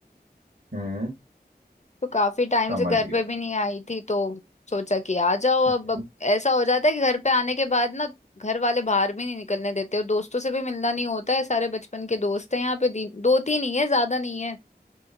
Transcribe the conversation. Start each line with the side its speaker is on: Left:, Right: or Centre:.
Right: हम्म
Left: तो काफी टाइम
Right: समझ
Left: से घर
Right: गया
Left: पे भी नहीं आई थी तो सोचा कि आ जाओ
Right: हम्म
Left: अब अब ऐसा हो जाता है कि घर पे आने के बाद ना घर वाले बाहर भी नहीं निकलने देते और दोस्तों से भी मिलना नहीं होता है सारे बचपन के दोस्त हैं यहाँ पे दी- दो तीन ही है ज्यादा नहीं है